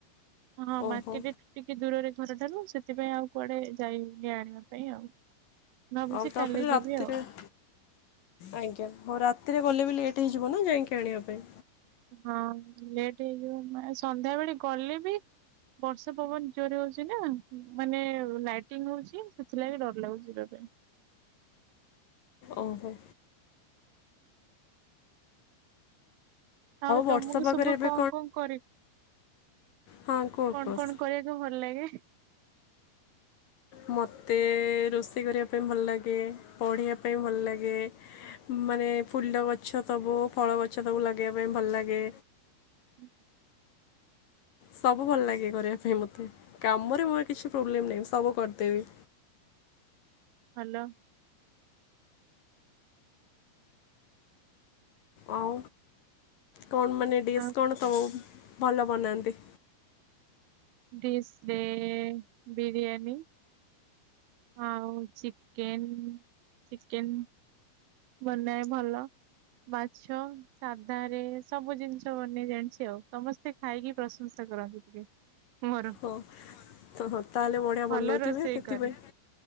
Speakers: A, on the right; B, on the left.
A: ହଁ
B: ଓହୋ
A: ମାର୍କେଟଠ ଟିକେ ଦୂରରେ ଘର ଠାରୁୁ ସେଥିପାଇଁ ଆଉ କୁଆଡେ ଯାଇ ହଉନି ଆଣିବା ପାଇଁ ଆଉ। ଭାବୁଛି
B: ଆଉ ତାପରେ
A: କାଲି ଯିବି
B: ରାତିରେ
A: ଆଉ।
B: ଆଜ୍ଞା ହଉ ରାତିରେ ଗଲେ ବି ଲେଟ୍ ହେଇଯିବ ନା ଯାଇକି ଆଣିବା ପାଇଁ।
A: ହଁ ଲେଟ୍ ହେଇଯିବ ସନ୍ଧ୍ୟାବେଳେ ଗଲେ ବି ବର୍ଷା ପବନ ଜୋରେ ହଉଛି ନା ମାନେ ଲାଇଟିଙ୍ଗ୍ ହଉଛି ସେଥିଲାଗି ଡର ଲାଗୁଛି ଯିବା ପାଇଁ।
B: ଓହୋ।
A: ଆଉ
B: ବର୍ଷା
A: ତମକୁ
B: ପାଗରେ
A: ସବୁ
B: ଏବେ
A: କଣ କଣ କରେ
B: ହଁ କୁହ
A: କଣ
B: କୁହ।
A: କଣ କରିବାକୁ ଭଲ ଲାଗେ।
B: ମୋତେ ରୋଷେଇ କରିବା ପାଇଁ ଭଲ ଲାଗେ ପଢ଼ିବା ପାଇଁ ଭଲ ଲାଗେ। ମାନେ ଫୁଲ ଗଛ ସବୁ ଫଳ ଗଛ ସବୁ ଲଗେଇବା ପାଇଁ ଭଲ ଲାଗେ।
A: ହୁଁ।
B: ସବୁ ଭଲ ଲାଗେ କରିବା ପାଇଁ ମୋତେ କାମରେ ମୋର କିଛି ପ୍ରୋବ୍ଲେମ୍ ନାହିଁଁ ସବୁ କରିଦେବି।
A: ହ୍ୟାଲୋ।
B: ଆଉ କଣ ମାନେ ଡିସ୍
A: ଆଉ
B: କଣ ସବୁ ଭଲ ବନାନ୍ତି।
A: ଡିଶରେ ବିରିୟାନୀ। ଆଉ ଚିକେନ ଚିକେନ ବନାଏ ଭଲ। ମାଛ ସାଧାରେ ସବୁ ଜିନିଷ ବନେଇ ଜାଣିଛି ଆଉ ସମସ୍ତେ। ଖାଇକି ପ୍ରଶଂସା କରନ୍ତି ଟିକେ ମୋର।
B: ହଁ। ତ ହଁ ତାହେଲେ ବଢିଆ
A: ଭଲ
B: ବନଉଥିବେ
A: ରୋଷେଇ
B: ସେଠି
A: କରେ
B: ପାଇଁ